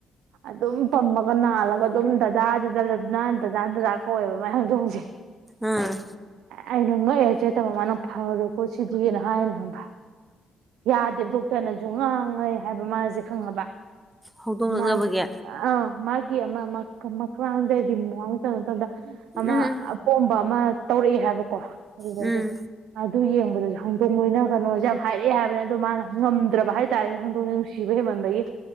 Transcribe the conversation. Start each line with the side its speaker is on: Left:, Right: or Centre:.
Right: ꯑꯗꯨꯝ ꯄꯝꯃꯒ ꯅꯥꯜꯂꯒ ꯑꯗꯨꯝ ꯗꯗꯥ ꯗꯗꯥ ꯗꯅ ꯗꯗꯥ ꯗꯗꯥ ꯃꯗꯣꯡꯁꯦ
Centre: ꯑꯥ
Right: ꯑꯩꯅ ꯉꯛꯑꯦ ꯆꯦꯠꯇꯕ ꯃꯥꯅ ꯐꯔꯨꯀꯣ ꯁꯤꯗꯤ ꯀꯅ ꯍꯥꯏꯅꯦ ꯍꯕ ꯌꯥꯗꯦꯕ ꯗꯣꯛꯇꯔꯅꯁꯨ ꯉꯥꯡꯉꯩ ꯍꯥꯏꯕ ꯃꯥꯁꯦ ꯈꯪꯉꯕ
Centre: ꯍꯧꯗꯣꯡ ꯅꯛꯅꯕꯒꯤ
Right: ꯃꯥꯒꯤ ꯑ ꯃꯥꯒꯤ ꯑꯃ ꯃ ꯃ ꯀꯗꯗꯤ ꯃ ꯀ ꯑꯃ
Centre: ꯎꯝ
Right: ꯑꯄꯣꯝꯕ ꯑꯃ ꯇꯧꯔꯛꯑꯦ ꯍꯥꯏꯕꯀꯣ ꯑꯗꯨꯗꯁꯨ
Centre: ꯎꯝ
Right: ꯑꯗꯨ ꯌꯦꯡꯕꯗꯁꯨ ꯍꯣꯡꯗꯣꯛ ꯂꯣꯏꯅ ꯀꯩꯅꯣꯁꯦ ꯌꯥꯝ ꯍꯥꯏꯔꯛꯑꯦ ꯍꯥꯏꯕꯅꯤ ꯑꯗꯣ ꯃꯥꯅ ꯉꯝꯗ꯭ꯔꯕ ꯍꯥꯏꯇꯥꯔꯦꯅꯦ ꯍꯪꯗꯣꯡꯁꯦ ꯅꯨꯡꯁꯤꯕ ꯍꯦꯟꯃꯟꯕꯒꯤ